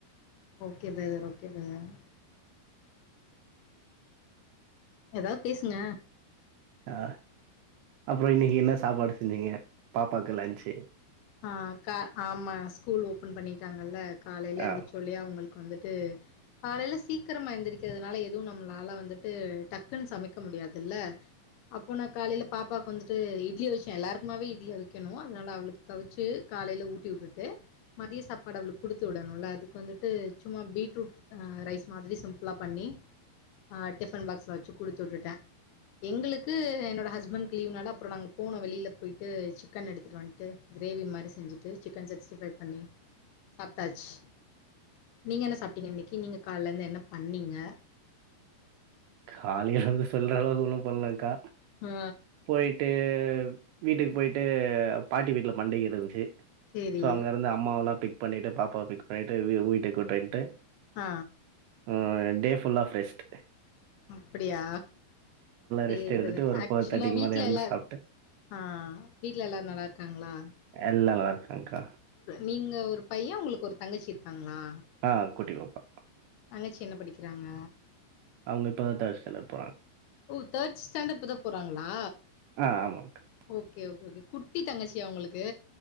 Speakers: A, on the left (about 75°); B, on the right (about 80°).
A: okay brother okay brother ஏதாது பேசுங்க
B: அ அப்புறம் இன்னைக்கு என்ன சாப்பாடு செஞ்சீங்க பாப்பாக்கு லஞ்ச்
A: ஆ கா ஆமா ஸ்கூல் ஓபன் பண்ணிட்டாங்கல்ல காலையில எந்திரச்ச
B: ஆ
A: சொல்லி அவங்களுக்கு வந்துட் டு காலைல சீக்கிரமா எந்திருக்கிறதுனால எதுவும் நம்மளால வந்துட்டு டக்குன்னு சமைக்க முடியாதுல்ல அப்போ நா காலையில பாப்பாவுக்கு வந்துட்டு இட்லிய அவிச்சே எல்லாருக்குமாவே இட்லி அவிக்கணும் அதனால அவளு க்கு அவிச்சு காலையல ஊட்டி உட்டுட்டு மதிய சாப்பாடு அவளுக்கு கொடுத்து விடணுல அதுக்கு வந்துட்டு சும்மா பீட்ரூட் அ ரைஸ் மாதிரி சிம்பிளா பண்ணி ஆ டிஃபன் பாக்ஸ்ல வச்சு குடுத்து உட்டுட்டே எங்களுக்கு என்னோட ஹஸ்பண்ட் லீ்வுனால அப்புறம் நாங்க போனோ வெளியில போய்ட்டு சிக்கன் எடுத்துட்டு வந்துட்டு கிரேவி மாரி செஞ்சுட்டு சிக்கன் சிக்ஸ்ட்டி ஃபைவ் பண்ணி சாப்ட்டாச்சு நீங்க என்ன சாப்ட்டீங்க இன்னிக்கு நீங்க கால்லேருந்து என்ன பண்ணீங்க
B: காலில இருந்து சொல்ற அளவுக்கு ஒன்னும் பண்ணலங்கா
A: ஆ
B: போயிட்டு அ வீட்டுக்கு போயிட்டு பாட்டி வீட்ல மண்டைகள் இருந்துச்சு
A: சரி.
B: ஸோ அங்கேருந்து அம்மாவெலாம் பிக் பண்ணிட்டு பாப்பாவ பிக் பண்ணிட்டு வீ வீட்டை விட்டைன் கூட்டிட்டு
A: அ
B: ம் <unintelligible> ஃபுல் ஆஃப் ரெஷ்ட்
A: அப்டியா செரி
B: ரெஸ்ட் எடுத்துட்டு
A: பிரதர்
B: ஒரு
A: ஆக்சுவலா
B: ஃபோர் தேர்ட்டிக்கு
A: வீட்ல
B: மேல எழுந்து
A: எல்லார
B: சாப்ட்டு
A: அ வீட்ல எல்லாரும் நல்லா இரு காங்ளா
B: எல்லா நல்லாருக் அங்க்கா
A: நீங்க ஒரு பைய உங்களுக்கு ஒரு தங்கச்சி இருக்காங்ளா
B: அ குட்டி பாப்பா
A: தங்கச்சி என்ன படிக்கிறாங்க
B: அவுங்க இப்பதா தேர்டு ஸ்டாண்டர்ட் போறாங்க
A: ஓ தேர்ட் ஸ்டாண்டர்ட் இப்பதா போறாங்களா
B: ஆ ஆமாங்க்கா
A: ஓகே ஓ குட்டி தங்கச்சியா உங்களுக்கு